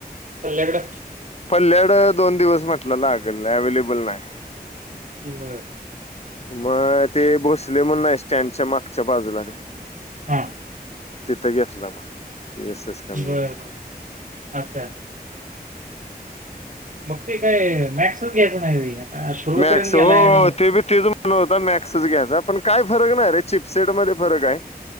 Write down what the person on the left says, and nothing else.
पल्याड दोन दिवस म्हटल लागेल अवेलेबल नाही
मग ते बसले म्हण नाही स्टँडच्या मागच्या बाजूला ते
तिथं घेतला मग एस एस कमी
मॅक्स
हो
ते तेच म्हण होता मॅक्सच घ्यायचा पण काय फरक नाही रे चिप्सैड मधे फरक आहे